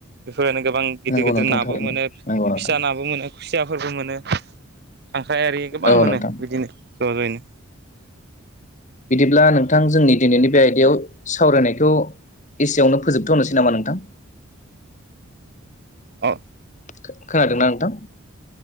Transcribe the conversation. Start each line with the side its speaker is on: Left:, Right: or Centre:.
Right: फोनो गोबां गिदिर
Left: नंगौ
Right: गिदिर
Left: नोंथां
Right: नाबो
Left: थारैनो
Right: मोनो
Left: नंगौ नोंथां
Right: फिसा नाबो मोनो खुसियाफोरबो मोनो खांख्रायारि गोबां
Left: औ
Right: मोनो
Left: नोंथां
Right: बिदिनो ज' ज'यैनो
Left: ब्ला नोंथां जोंनि दिनैनि बे आयदायाव सावरायनायखौ एसेआवनो फोजोबथ'नोसै नामा नोंथां?
Right: अ
Left: खो-खोनादोंना नोंथां?